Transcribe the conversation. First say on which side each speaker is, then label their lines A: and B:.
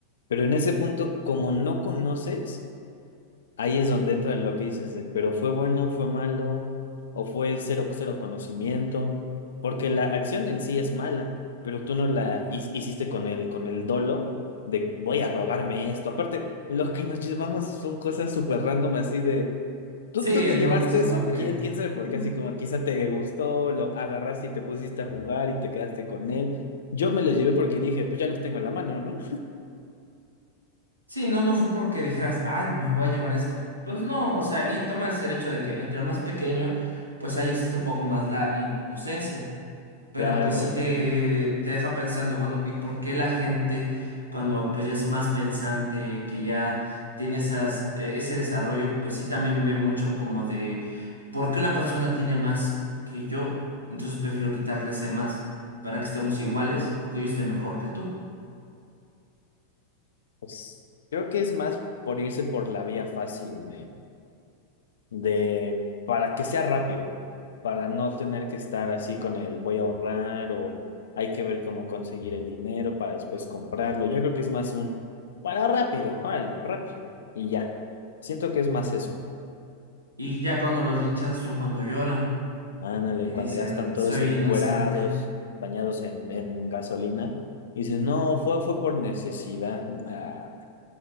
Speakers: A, on the left; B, on the right.
A: Pero en ese punto, como no conoces, Ahí es donde entra lo que dices de, pero fue bueno, fue malo, o fue cero, cero conocimiento, porque la acción en sí es mala, pero tú no la hi- hiciste con el, con el dolo de voy a robarme esto. Aparte, lo que nos llevamos son cosas súper random así de, ¿tú,
B: Sí,
A: tú
B: es-
A: te
B: no,
A: llevaste
B: no es como
A: eso?
B: que...
A: ¿Quién, quién sabe por
B: Mm.
A: qué? Así como quizá te gustó, lo agarraste y te pusiste a jugar y te quedaste con él. Yo me lo llevé porque dije, pues ya los tengo en la mano, ¿no?
B: Sí, no, no fue porque dijeras, ay, me voy a llevar esto. Pues no, o sea, y tomas el hecho de que entre más pequeño, pues ahí existe un poco más la inocencia. Pero
A: Claro.
B: pues sí te, te deja pensando, bueno, ¿y por qué la gente cuando pues ya es más pensante, que ya tiene esas, eh, ese desarrollo, pues sí también ve mucho como de por qué una persona tiene más que yo? Entonces prefiero quitarle ese más para que estemos iguales o que yo esté mejor que tú.
A: Pues, creo que es más por irse por la vía fácil de, de, para que sea rápido, para no tener que estar así con el voy a ahorrar o hay que ver cómo conseguir el dinero para después comprarlo. Yo creo que es más un para rápido, órale, rápido y ya. Siento que es más eso.
B: Y ya cuando los linchan son cuando lloran
A: Ándale,
B: y
A: cuando
B: dicen,
A: ya están todos
B: soy
A: encuerados,
B: inocente.
A: bañados en, en gasolina, dicen, no, fue, fue por necesidad. Ah,